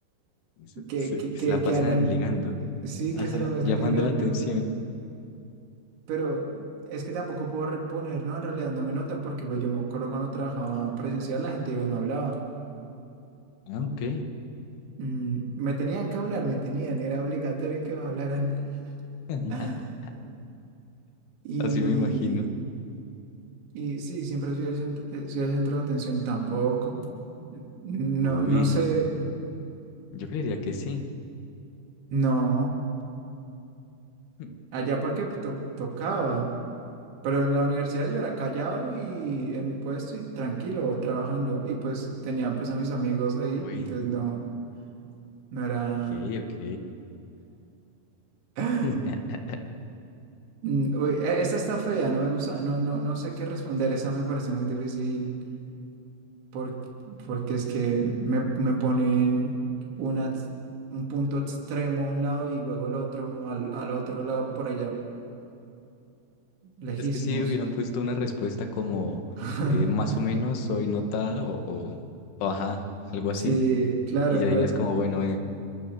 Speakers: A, on the left; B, on the right.
A: Se,
B: que,
A: se-
B: que,
A: se
B: que,
A: la
B: que
A: pasan
B: andan,
A: ligando.
B: sí,
A: Ajá.
B: que se la pasan
A: Llamando
B: ligando,
A: la atención.
B: pero es que tampoco puedo reponer, ¿no? En realidad no me notan porque pues, yo me acuerdo cuando trabajaba presencial, la gente iba y me hablaba.
A: Ah, ok.
B: Mm, me tenían que hablar, me tenían, era obligatorio que me hablaran.
A: <laughs>
B: <laughs> Y,
A: Así me imagino.
B: y sí, siempre soy el, cent- eh, soy el centro de atención tampoco. No,
A: Uy,
B: no sé,
A: yo creería que sí.
B: no.
A: <laughs>
B: Allá porque to- tocaba. Pero en la universidad yo era callado y en mi puesto y tranquilo trabajando. Y pues tenía pues a mis amigos ahí,
A: Uy,
B: entonces no, no era...
A: ok, ok.
B: <gasps>
A: <laughs>
B: Mm, Uy, e- esta está fea, no me gusta, no, no, no sé qué responder, esa me parece muy difícil por- porque es que me, me ponen una, ex- un punto extremo a un lado y luego el otro, al, al otro lado por allá, lejísimos.
A: Es que si hubieran puesto una respuesta como
B: <laughs>
A: eh, más o menos soy notada o, o- o ajá, algo así,
B: Sí, claro,
A: y ya
B: claro,
A: dirías como, bueno, eh,